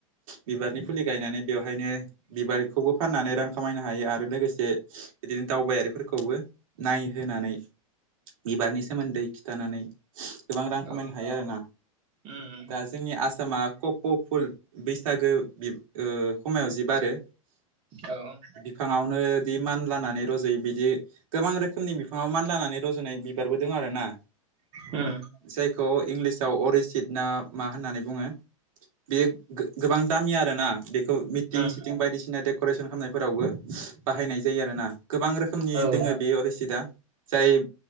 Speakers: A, on the right; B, on the right.
A: बिबारनि फुलि गायनानै बेवहायनो बिबारखौबो फाननानै रां खामायनो हायो आरो लोगोसे बिदिनो दावबायारिफोरखौबो नायहोनानै बिबारनि सोमोन्दै खिथानानै गोबां रां खामायनो
B: औ
A: हायो आरोना।
B: उम
A: दा जोंनि आसामा कप' फुल बैसागो बि ओ खमयाव जि बारो
B: औ
A: बिफाङावनो दि मानलानानै रज' बिदि गोबां रोखोमनि बिफाङाव मानलानानै रज'नाय बिबारबो दं आर ना
B: उम
A: जायखौ इंलिसाव अरिसिद ना मा होननानै बुङो बेयो गो गोबां दामि आरोना बेखौ मिटिं
B: उम
A: सिटिं बायदिसिना डेक'रेसन खालामनायफोरावबो बाहायनाय जायो आरोना गोबां रोखोमनि
B: औ उम औ
A: दोङो बे अरिसिदआ जाय